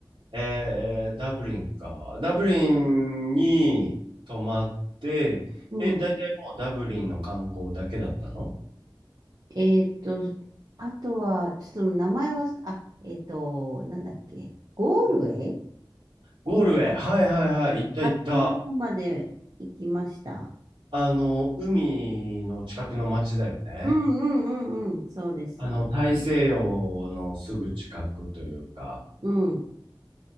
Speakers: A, on the right; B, on the right.
A: えー、ダブリンか。ダブリンに泊まって、
B: うん。
A: え、大体もうダブリンの観光だけだったの
B: えっと、あとは、ちょっと名前は、あ、えっと、なんだっけ、ゴールウェイ
A: ゴールウェイ。はいはいはい。行った行った。
B: あっちの方まで行きました。
A: あの、海の近くの町だよね。
B: うんうんうんうん、そうです。
A: あの、大西洋のすぐ近くというか。
B: うん。